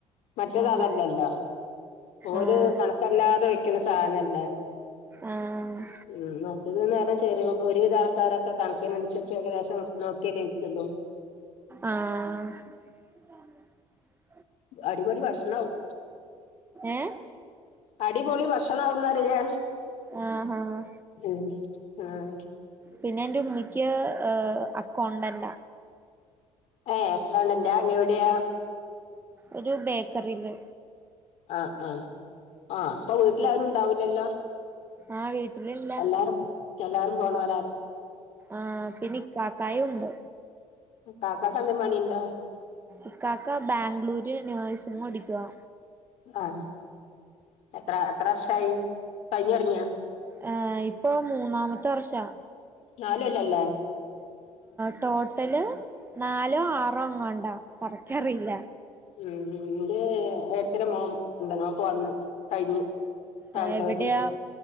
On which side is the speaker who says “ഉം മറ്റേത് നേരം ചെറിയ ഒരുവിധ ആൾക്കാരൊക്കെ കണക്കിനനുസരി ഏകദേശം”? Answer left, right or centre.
Left